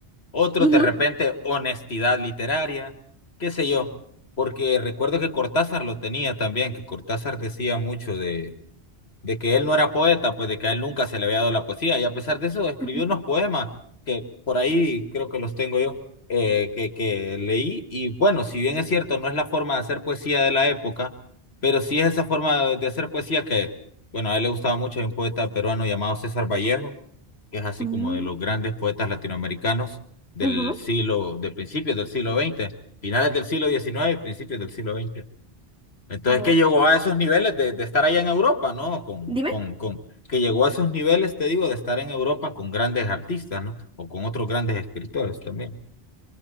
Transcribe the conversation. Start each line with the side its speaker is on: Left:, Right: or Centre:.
Left: otros
Centre: Ujú,
Left: de repente honestidad literaria, qué sé yo, porque recuerdo que Cortázar lo tenía también, que Cortázar decía mucho de que él no era poeta, pues de que a él nunca se le había dado la poesía, y a pesar de eso escribió
Centre: ujú,
Left: unos poemas que por ahí creo que los tengo yo, eh, que, que leí, y bueno, si bien es cierto, no es la forma de hacer poesía de la época, pero sí es esa forma de de hacer poesía que, bueno, a él le gustaba mucho, hay un poeta peruano llamado César Vallejo, que es así
Centre: ujú,
Left: como de los grandes poetas latinoamericanos del
Centre: ujú.
Left: siglo, de principios del siglo XX, finales del siglo XIX y principios del siglo XX. Entonces
Centre: Oh,
Left: que llegó a esos niveles de, de estar allá en Europa, ¿no? Con,
Centre: Dime.
Left: con, con, que llegó a esos niveles, te digo, de estar en Europa con grandes artistas, ¿no? O con otros grandes escritores también.